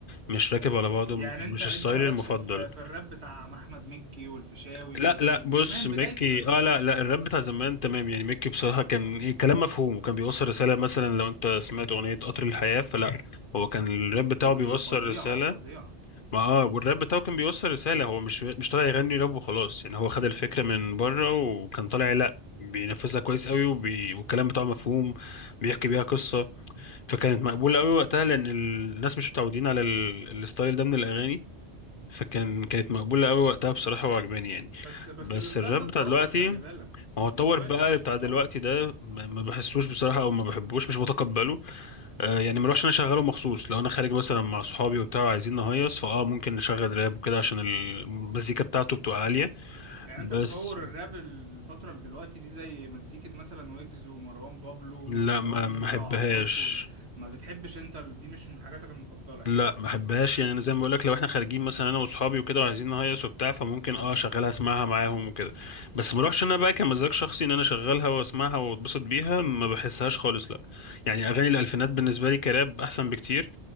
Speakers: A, on the left; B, on the right.
A: مش راكب على بعضه
B: يعني
A: مش
B: انت انت
A: ستايلي
B: مالكش
A: المفضل
B: في في الراب بتاع احمد مكي والفيشاوي
A: لا
B: وزمان
A: لا بص ميكي
B: بدايته كان كده
A: اه لا لا الراب بتاع زمان تمام يعني ميكي بصراحة كان ايه كلام مفهوم وكان بيوصل رسالة مثلا لو انت سمعت أغنية قطر الحياة فلا هو كان الراب
B: دي
A: بتاعه بيوصل
B: فظيعه
A: رسالة
B: فظيعه
A: ما اه والراب بتاعه كان بيوصل رسالة هو مش مش طالع يغني راب وخلاص يعني هو خد الفكرة من بره وكان طالع لا بينفذها كويس قوي وبي... والكلام بتاعه مفهوم بيحكي بيها قصة فكانت مقبولة قوي وقتها لأن الناس مش متعودين على ال... الستايل ده من الأغاني فكان كانت مقبولة أوي وقتها بصراحة وعجباني يعني
B: بس بس
A: بس
B: الستايل
A: الراب
B: ده اتطور
A: بتاع دلوقتي
B: خلي
A: ما
B: بالك
A: هو
B: الستايل
A: اتطور بقى
B: ده نفسه
A: بتاع
B: اتطور
A: دلوقتي ده ما ما بحسوش بصراحة أو ما بحبوش مش بتقبله آه يعني ما اروحش أنا أشغله مخصوص لو أنا خارج مثلا مع صحابي وبتاع عايزين نهيص فأه ممكن نشغل راب وكده عشان المزيكا بتاعته بتبقى عالية
B: يعني
A: بس
B: انت تطور الراب الفترة اللي دلوقتي دي زي مزيكة مثلا ويجز ومروان بابلو ومروان
A: لا ما
B: موسى
A: ما أحبهاش
B: وعفروتو وال- ما بتحبش انت ال- دي مش من حاجاتك المفضلة يعني
A: لا ما بحبهاش يعني انا زي ما بقول لك لو احنا خارجين مثلا انا واصحابي وكده وعايزين نهيص وبتاع فممكن اه اشغلها اسمعها معاهم وكده بس ما اروحش انا بقى كمزاج شخصي ان انا اشغلها واسمعها واتبسط بيها ما بحسهاش خالص لا يعني اغاني الالفينات بالنسبه لي كراب احسن بكتير